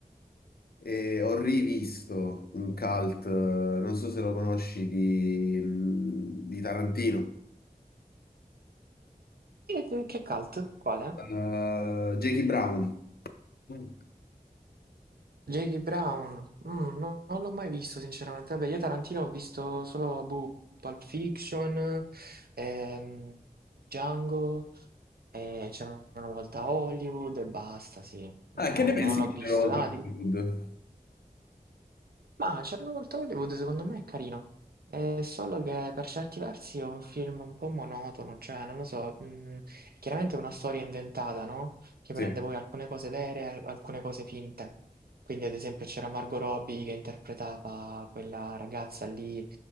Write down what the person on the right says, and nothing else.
Che, che che cult? Quale?
Jackie Brown? Mm, no- non l'ho mai visto, sinceramente. Vabbè, io Tarantino ho visto solo boh, Pulp Fiction, ehm, Django, eh, c'era una volta Hollywood e basta, sì.
No,
non
l'ho
visto.
Ah, di-
Ma Charlotte Hollywood secondo me è carino, è solo che per certi versi è un film un po' monotono, cioè non lo so, mh, chiaramente è una storia inventata, no? Che
prende poi alcune cose vere e al- alcune cose finte. Quindi ad esempio c'era Margot Robbie che interpretava quella ragazza lì,